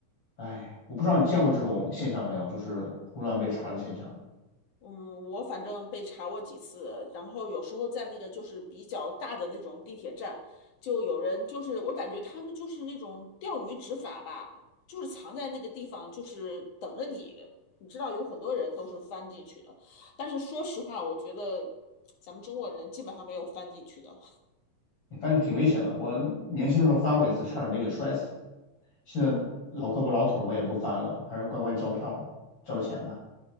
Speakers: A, on the left; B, on the left.
A: 哎，我不知道你见过这种现象没有，就是胡乱被查的现象，
B: 嗯，我反正被查过几次，然后有时候在那个就是比较大的那种地铁站，就有人就是我感觉他们就是那种钓鱼执法吧，就是藏在那个地方，就是等着你。你知道有很多人都是翻进去的，但是说实话，我觉得咱们中国人基本上没有翻进去的。
A: 反正挺危险的。我年轻的时候翻过一次，差点没给摔死。现在老胳膊老腿儿我也不翻了，还是乖乖交票交钱吧。